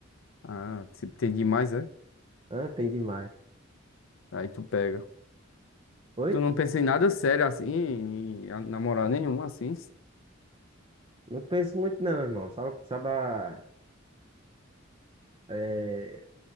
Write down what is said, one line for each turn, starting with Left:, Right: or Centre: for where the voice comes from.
Left: Ah, se tem demais, é?
Right: Ah, tem demais.
Left: Aí tu pega.
Right: Oi?
Left: Tu não pensa em nada sério assim, em a- namorar nenhum assim,
Right: Não penso muito, não, irmão. Sabe, sabe a é,